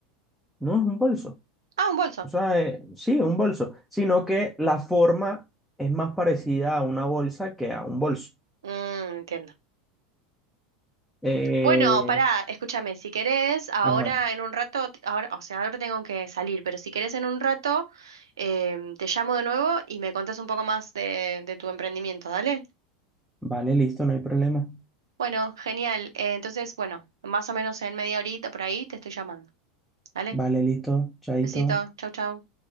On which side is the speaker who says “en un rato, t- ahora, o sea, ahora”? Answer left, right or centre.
Right